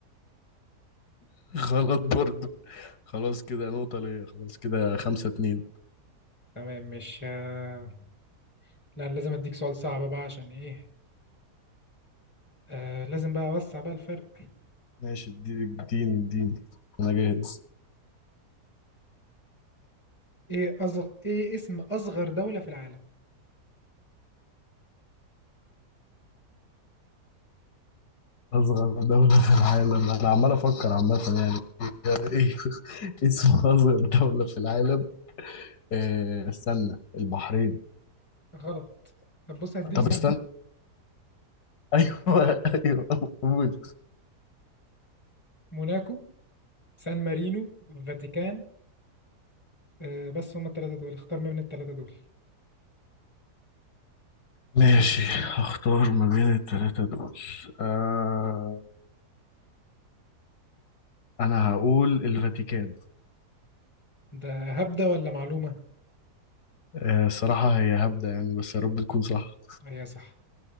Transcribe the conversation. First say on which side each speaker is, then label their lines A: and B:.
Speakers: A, on the left; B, on the left.
A: <laughs> غلط برضو خلاص كده نقطة ليا خلاص كده خمسة اتنين
B: تمام مش اه لا أنا لازم اديك سؤال صعب بقى عشان ايه اه لازم بقى اوسع بقى الفرق
A: ماشي ادي- اديني اديني انا جاهز
B: ايه اصغر ايه اسم اصغر دولة في العالم
A: اصغر دولة في العالم انا عمال افكر عامة يعني ايه إيه اسم اصغر دولة في العالم آه، استنى البحرين
B: غلط طب بص هديك
A: طب
B: هنا
A: استنى <laughs> ايوه ايوه موت
B: موناكو سان مارينو فاتيكان اه بس هما التلاتة دول اختار ما بين التلاتة دول
A: ماشي هختار ما بين التلاتة دول آه أنا هقول الفاتيكان
B: ده هبدة ولا معلومة
A: آه الصراحة هي هبدة يعني بس يا رب تكون صح
B: هي صح